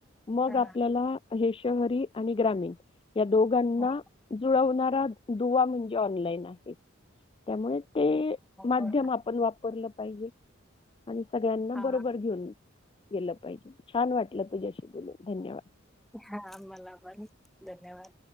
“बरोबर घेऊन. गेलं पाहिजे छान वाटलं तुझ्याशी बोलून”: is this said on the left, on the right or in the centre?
Left